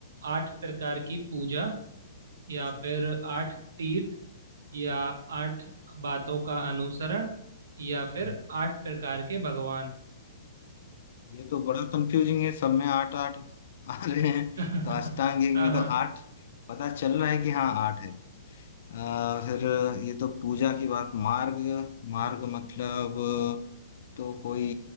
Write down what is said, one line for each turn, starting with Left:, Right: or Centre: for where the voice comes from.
Right: आठ प्रकार की पूजा या
Left: अच्छा
Right: फिर आठ तीर्थ या आठ बातों का अनुसरण या फिर
Left: हम्म,
Right: आठ प्रकार के भगवान
Left: ये तो बड़ा कंफ्यूजिंग है सब में आठ आठ आ रहे हैं
Right: <laughs>
Left: तो अष्टांग योग
Right: हाँ
Left: में तो
Right: हाँ
Left: आठ पता चल रहा है कि हाँ आठ है अ, फिर ये तो पूजा की बात मार्ग मार्ग मतलब तो कोई